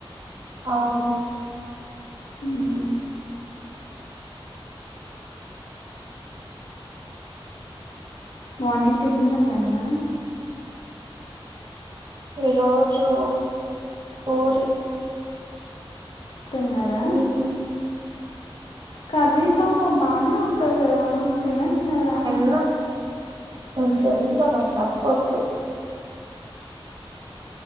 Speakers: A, on the right; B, on the left.
A: అవును
B: ఊహు మార్నింగ్ టిఫిన్ తినలేదా
A: ఈ రోజు పూరి
B: తిన్నదా
A: నేను
B: కర్రీతో బానె ఉంటది కదా తినచ్చు కదా
A: ఆ కొంచం ఇగ <unintelligible> చెప్పొదు